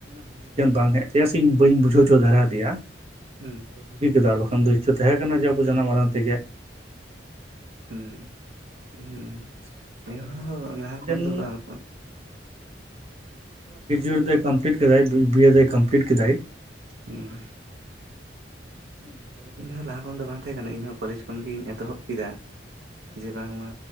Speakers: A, on the right (about 35°); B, on the right (about 80°).
A: ᱦᱩᱫᱤᱥ ᱜᱮᱟᱱ ᱵᱟᱝ ᱦ ᱛ ᱛᱟᱭᱟ ᱥᱮ ᱤᱧ ᱵᱧ ᱵᱩᱡᱟᱹᱣ ᱦᱚᱪᱚ ᱫᱟᱲᱮ ᱟᱫᱮᱭᱟ᱾
B: ᱦᱮᱸ
A: ᱵᱟᱹᱜᱤ ᱠᱮᱫ ᱟᱨ ᱵᱟᱠᱷᱟᱱ ᱫᱚ ᱤᱪᱪᱷᱟᱹ ᱛᱟᱦᱮᱸ ᱠᱟᱱᱟ ᱡᱮ ᱟᱵᱚ ᱡᱟᱱᱟᱢ ᱟᱦᱟᱝ ᱛᱮᱜᱮᱼᱼ
B: ᱦᱩᱸ ᱦᱮᱸᱻ
A: ᱛᱚᱵᱮ
B: ᱮ ᱞᱟᱦᱟ
A: ᱤᱧᱨᱮᱱ
B: ᱠᱷᱚᱱ ᱫᱚ ᱵᱟᱝᱼᱼ
A: ᱜᱨᱮᱡᱩᱭᱮᱴ ᱮ ᱠᱚᱢᱯᱞᱤᱴ ᱠᱮᱫᱟᱭ ᱵᱤ. ᱵᱤᱭ ᱮ ᱮ ᱠᱚᱢᱯᱞᱤᱴ ᱠᱮᱫᱟᱟᱭ᱾
B: ᱦᱮᱸ
A: <inaudible>
B: ᱤᱧᱦ
A: ᱠᱷᱚᱱᱟᱜ
B: ᱞᱟᱦᱟ ᱠᱷᱚᱱ ᱫᱚ ᱵᱟᱝ ᱛᱟᱦᱮᱸ ᱠᱟᱱᱟ ᱤᱧ ᱦᱚ ᱠᱚᱞᱮᱡ ᱠᱷᱚᱱᱜᱤᱧ ᱮᱛᱚᱦᱚᱵ ᱠᱮᱫᱟ᱾ ᱡᱮ ᱵᱟᱝᱢᱟ